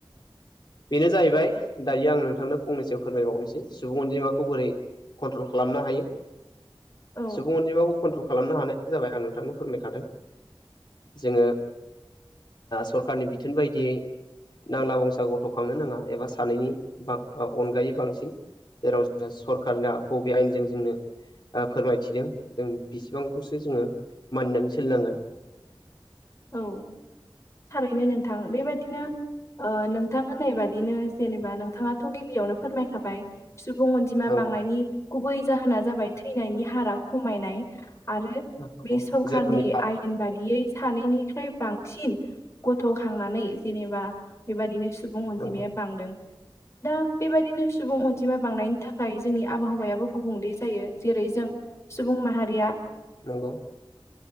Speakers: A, on the left (about 50°); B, on the left (about 30°).
A: बेनो जाहैबाय दायो आं नोंथांनो फंनैसो फोरमायबावनोसै सुबुं अनजिमाखौ बोरै कन्ट्रल खालामनो हायो
B: औ
A: सुबुं अनजिमाखौ कन्ट्रल खालामनो हानाय जाबाय आं नोंथांनो फोरमायखादों जोङो सरखारनि बिथोन बायदियै नांला बंसा गथ' थ' खांनो नाङा एबा सानैनि अनगायै बांसिन जेराव जोङो सरखारनिया बबे आयेनजों जोंनो फोरमायथिदों जों बिसिबांखौसो जोङो मानिनानै सोलिनांगोन
B: औ थारैनो नोंथां बेबादिनो ओ नोंथां होननाय बादिनो जेनेबा नोंथाङाथ' गिबियावनो फोरमायखाबाय सुबुं अनजिमा
A: नंगौ
B: बांनायनि गुबै जाहोना जाबाय थैनायनि हारा खमायनाय आरो
A: नंगौ
B: बे सरखारनि
A: जोंनि
B: आयेन बादियै सानै निफ्राय बांसिन गथ' खांनानै जेनेबा बेबायदिनो सु सुबुं अनजिमाया
A: नंगौ
B: बांदों
A: <inaudible>
B: दा बेबायदिनो सुबुं अनजिमा बांनायनि थाखाय जोंनि आबहावायाबो गुबुंले जायो जेरै जों सुबुं माहारिया
A: नंगौ